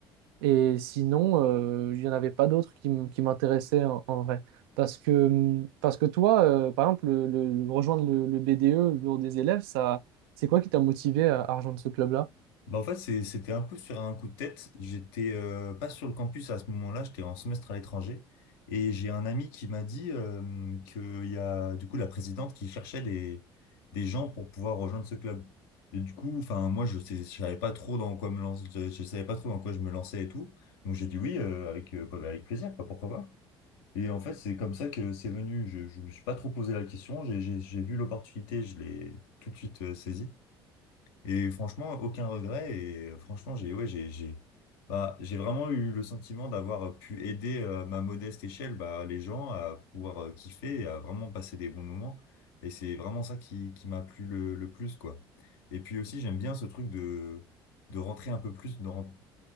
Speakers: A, on the right (about 75°); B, on the left (about 75°).
A: Et sinon, euh, il n'y en avait pas d'autres qui, m- qui m'intéressaient en, en vrai. Parce que, hum, parce que toi, euh, par exemple, le, le- le- rejoindre le, le BDE, le bureau des élèves, ça, c'est quoi qui t'a motivé à, à rejoindre ce club-là?
B: Bah en fait, c'est- c'était un peu sur un coup de tête. J'étais euh, pas sur le campus à ce moment-là, j'étais en semestre à l'étranger. Et j'ai un ami qui m'a dit euh, qu'il y a du coup la présidente qui cherchait des, des gens pour pouvoir rejoindre ce club. Et du coup, enfin moi je sais, je savais pas trop dans quoi me lancer, je, je savais pas trop dans quoi je me lançais et tout. Donc j'ai dit oui euh, avec euh, bah, avec plaisir, quoi, pourquoi pas. Et en fait, c'est comme ça que c'est venu. Je, je me suis pas trop posé la question. J'ai j'ai- j'ai vu l'opportunité, je l'ai tout de suite euh, saisie. Et franchement, aucun regret. Et euh, franchement, j'ai ouais, j'ai j'ai bah, j'ai vraiment eu le sentiment d'avoir euh, pu aider euh, à ma modeste échelle bah, les gens à pouvoir euh, kiffer et à vraiment passer des bons moments. Et c'est vraiment ça qui, qui m'a plu le, le plus, quoi. Et puis aussi, j'aime bien ce truc de, de rentrer un peu plus dans,